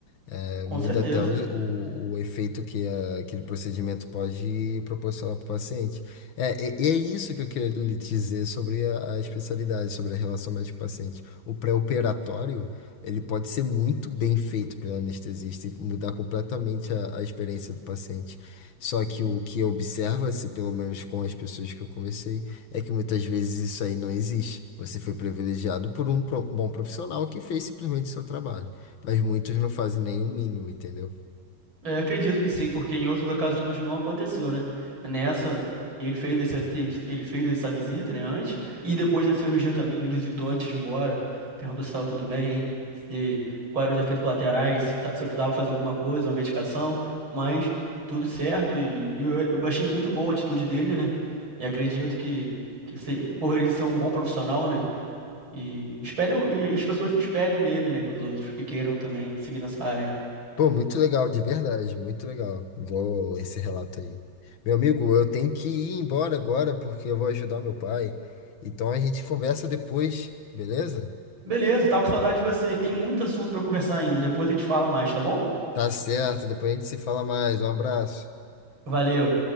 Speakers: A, on the left (about 70°); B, on the right (about 70°).
A: É,
B: com
A: muda
B: certeza.
A: até o, o, o efeito que a- aquele procedimento pode proporcionar para o paciente. É, e, e é isso que eu queria lhe dizer sobre a, a especialidade, sobre a relação médico-paciente. O pré-operatório, ele pode ser muito bem feito pelo anestesista e mudar completamente a, a experiência do paciente. Só que o que observa-se, pelo menos com as pessoas que eu conversei, é que muitas vezes isso aí não existe. Você foi privilegiado por um pro- bom profissional que fez simplesmente o seu trabalho. Mas muitos não fazem nem o mínimo, entendeu?
B: É, acredito que sim, porque em outras ocasiões não aconteceu, né? Nessa, ele fez esse, ele, ele fez essa visita, né, antes, e depois da cirurgia também, ele me visitou antes de ir embora, perguntou se estava tudo bem, se quais eram os efeitos colaterais, se, ta- se eu precisava fazer alguma coisa, uma medicação, mas tudo certo, e, e eu, eu achei muito boa a atitude dele, né? E acredito que, que se- por ele ser um bom profissional, né? E, espelha, e as pessoas se espelhem nele, né? Os outros que queiram também seguir nessa área, né?
A: Pô, muito legal, de verdade, muito legal. Vou esse relato aí. Meu amigo, eu tenho que ir embora agora porque eu vou ajudar meu pai. Então a gente conversa depois, beleza?
B: Beleza, tava com saudade de você. Tem muito assunto pra conversar ainda. Depois a gente fala mais, tá bom?
A: Tá certo, depois a gente se fala mais. Um abraço.
B: Valeu.